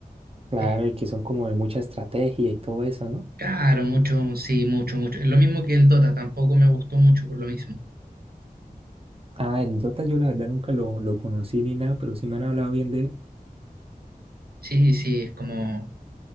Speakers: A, on the right; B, on the right.
A: Claro,
B: eh,
A: y que son como de mucha estrategia y todo eso, ¿no?
B: caro, mucho, sí, mucho, mucho. Es lo mismo que el Dota, tampoco me gustó mucho por lo mismo.
A: Ah, el Dota yo la verdad nunca lo, lo conocí ni nada, pero sí me han hablado bien de él.
B: Sí, sí, es como,